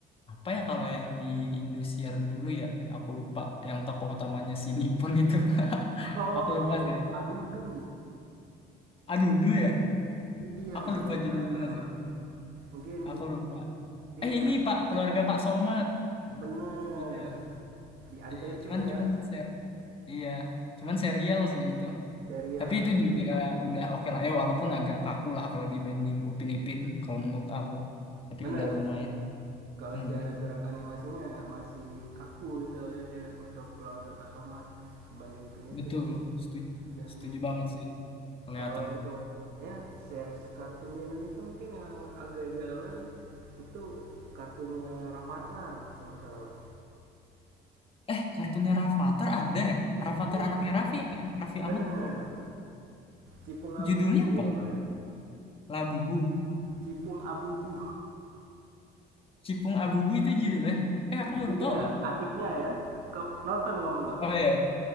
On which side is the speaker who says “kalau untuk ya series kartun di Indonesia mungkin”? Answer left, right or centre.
Right